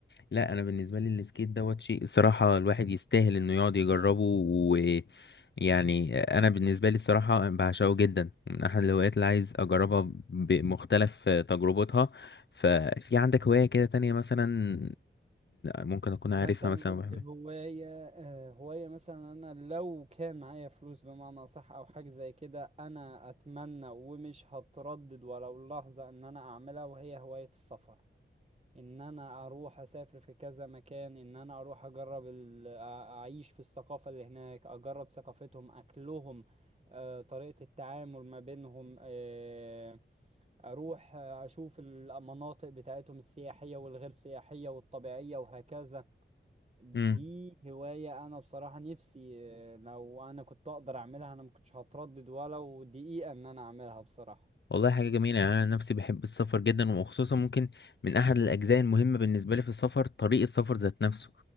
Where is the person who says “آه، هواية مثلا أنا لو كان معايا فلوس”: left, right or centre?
Right